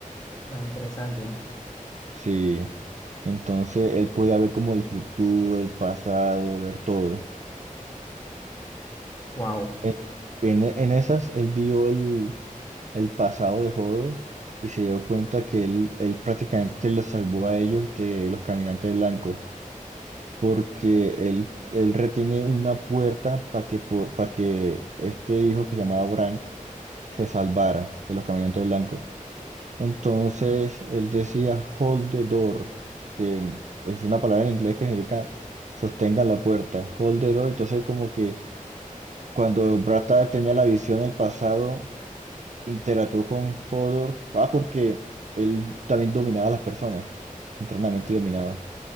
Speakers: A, on the left; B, on the right.
A: suena interesante.
B: Sí. Entonces él podía ver como el futuro, el pasado, ver todo.
A: Wow.
B: En, en, en esas él vio el, el pasado de Hodor y se dio cuenta que él, él prácticamente los salvó a ellos de los caminantes blancos. porque él, él retiene una puerta para que, para que este hijo que se llamaba Brank se salvara de los caminantes blancos. Entonces él decía hold the door, que es una palabra en inglés que significa sostenga la puerta, hold the door. Entonces como que cuando Brata tenía la visión del pasado, interactuó con Hodor, ah, porque él también dominaba a las personas, internamente dominaba.